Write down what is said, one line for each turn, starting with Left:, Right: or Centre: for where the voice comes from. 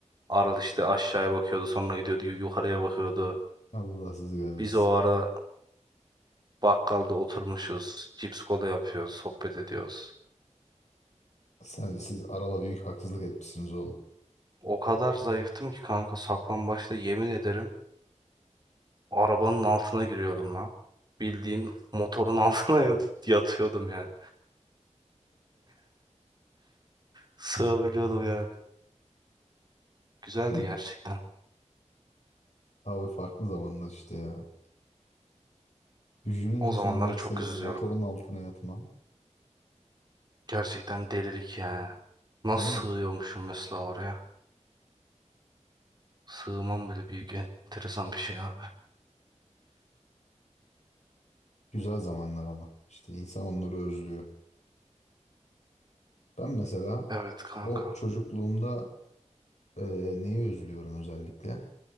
Right: Aral işte aşağıya bakıyordu, sonra gidiyordu yukarıya bakıyordu.
Left: Allah sizi kahretsin.
Right: Biz o ara bakkalda oturmuşuz. Cips kola yapıyoruz. Sohbet ediyoruz.
Left: Sen, siz arada büyük haksızlık etmişsiniz oğlum.
Right: O kadar zayıftım ki kanka saklambaçta yemin ederim arabanın altına giriyordum lan. Bildiğin motorun <laughs> altına yat- yatıyordum yani. Sığabiliyordum yani. Güzeldi
Left: <laughs>
Right: gerçekten.
Left: Abi farklı zamanlar işte ya. Düşününce
Right: O zamanlara
Left: şimdi bak
Right: çok
Left: senin
Right: üzülüyorum.
Left: motorun altına yatman.
Right: Gerçekten delilik yani. Nasıl
Left: Değil mi?
Right: sığıyormuşum mesela oraya? Sığmam bile büyük enteresan bir şey abi.
Left: Güzel zamanlar ama. İşte insan onları özlüyor. Ben mesela
Right: Evet kanka.
Left: o çocukluğumda e, neyi özlüyorum özellikle?